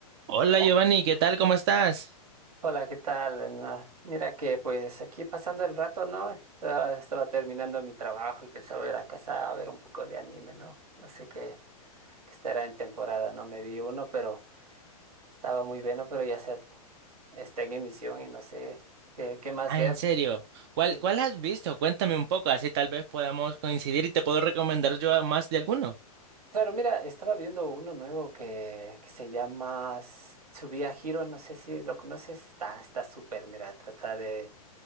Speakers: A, on the right; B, on the right.
A: Hola
B: Oh,
A: Giovanni, ¿qué tal? ¿Cómo estás?
B: Hola, ¿qué tal? No, Mira que pues aquí pasando el rato, ¿no? Estaba, estaba terminando mi trabajo y pensaba ir a casa a ver un poco de anime, ¿no? No sé qué, qué estará en temporada, ¿no? Me vi uno, pero estaba muy bueno, pero ya se está en emisión y no sé qué, qué más
A: Ah,
B: ver.
A: en serio. ¿Cuál,
B: Eh,
A: cuál has visto? Cuéntame un poco, así tal vez podamos coincidir y te puedo recomendar yo a más de alguno.
B: claro, mira, estaba viendo uno nuevo que, que se llama Tsubia Hero, no sé si lo conoces, está, está súper, mira, trata de